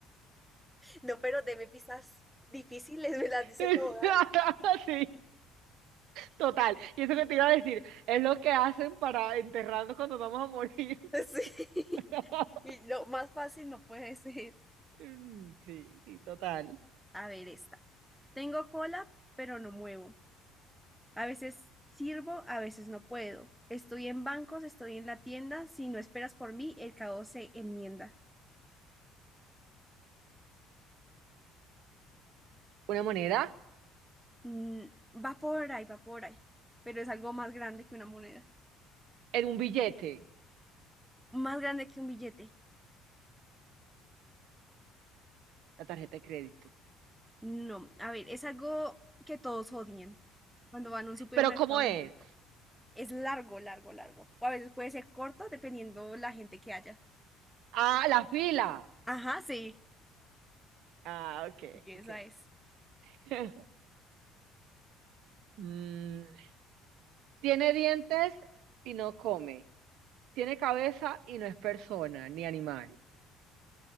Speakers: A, in the centre; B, on the right (about 70°).
A: No, pero deme pistas difíciles, me las dice
B: <laughs>
A: todas. <laughs>
B: Sí, total. Y eso que te iba a decir, es lo que hacen para enterrarnos cuando vamos a morir.
A: Sí.
B: <laughs>
A: Y lo más fácil no puede ser.
B: Mm, Sí, sí, total.
A: A ver, esta. Tengo cola, pero no muevo. A veces sirvo, a veces no puedo. Estoy en bancos, estoy en la tienda. Si no esperas por mí, el caos se enmienda.
B: Una moneda
A: Mm, va por ahí, va por ahí. Pero es algo más grande que una moneda.
B: en un billete,
A: Más grande que un billete.
B: la tarjeta de crédito.
A: No, a ver, es algo que todos odian cuando van a un supermercado.
B: Pero ¿cómo es?
A: a un banco. Es largo, largo, largo. O a veces puede ser corto dependiendo la gente que haya.
B: Ah, la fila.
A: Ajá, sí.
B: Ah, ok,
A: sí, Esa
B: ok.
A: es.
B: <laughs> Mm, tiene dientes y no come. Tiene cabeza y no es persona ni animal.